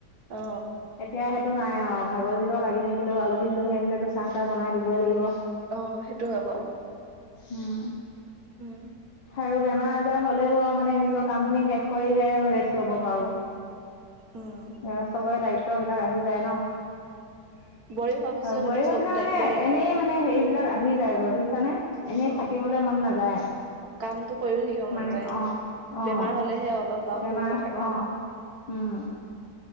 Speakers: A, on the right; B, on the left.
A: অ
B: এতিয়া সেইটো নাই আৰু, ভাগৰ জোগৰ লাগি থাকিলেও আলহী দূলহী আহিলেতো চাহ তাহ বনাই দিবই লাগিব।
A: অ', সেইটো হয় বাৰু।
B: হুম।
A: উম।
B: আৰু বেমাৰ আজাৰ হলেও আৰু মানে নিজৰ কাম খিনি শেষ কৰিহে ৰেষ্ট লব পাৰোঁ।
A: উম
B: ঘৰত চবৰে দায়িত্ববিলাক আহি যায় ন। অ',
A: বোৱাৰী হোৱাৰ পিছত
B: বোৱাৰী
A: এইটো
B: হৈ
A: চব
B: পিছা
A: দায়িত্ব
B: মানে
A: আহে
B: এনেই মানে হেৰি বিলাক আহি যায়গৈ বুজিছা নে। এনেই
A: অ
B: থাকিবলে মন নাযায়।
A: কামটো কৰিও থাকিব
B: মানে
A: মন যায়
B: অ',
A: বেমাৰ
B: অ',
A: হলেহে অলপ বা
B: বেমাৰ
A: শুই গৈ থাকা
B: অ'। উম।